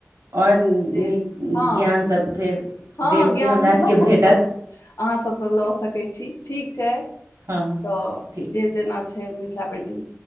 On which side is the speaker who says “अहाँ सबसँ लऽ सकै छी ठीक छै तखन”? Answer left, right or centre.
Left